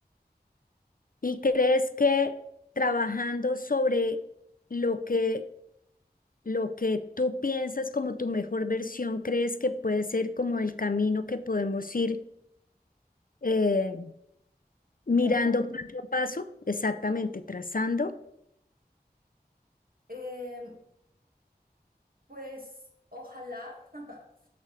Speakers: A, on the left (about 55°); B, on the right (about 60°).
A: ¿Y crees que trabajando sobre lo que, lo que tú piensas como tu mejor versión, crees que puede ser como el camino que podemos ir eh, mirando
B: Trazando.
A: paso a paso? Exactamente, trazando.
B: Em, pues ojalá. <laughs>